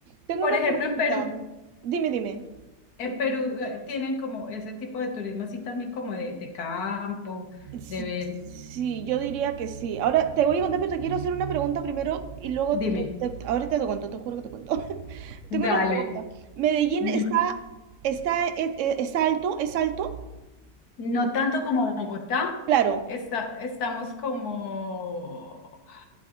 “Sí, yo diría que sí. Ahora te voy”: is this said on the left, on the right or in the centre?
Right